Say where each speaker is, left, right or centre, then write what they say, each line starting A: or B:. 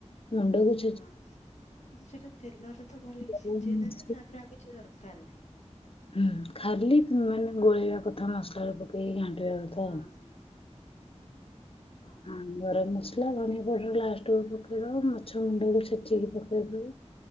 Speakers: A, on the left (about 50°); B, on the left (about 75°).
A: <unintelligible>
B: ହଁ ତ ସେଟା ତେଲରେତ ଭଲକି
A: ପକେଇଦବ।
B: ସିଝେଇ ଦେଲେ ତାପରେ ଆଉ କିଛି ଦରକାର ନାହିଁ।
A: ହୁଁ ଖାଲି ମାନେ ଗୋଳେଇବା କଥା ମସଲାରେ ପକେଇକି ଘାଣ୍ଟିବା କଥା ଆଉ
B: <unintelligible> ହଁ
A: ଆ ଗରମ ମସଲା ଧନିଆ ପାଉଡରେ ଲାଷ୍ଟକୁ ପକେଇ ଦବ ମାଛ ମୁଣ୍ଡକୁ ଛେଚିକି ପକେଇଦବ।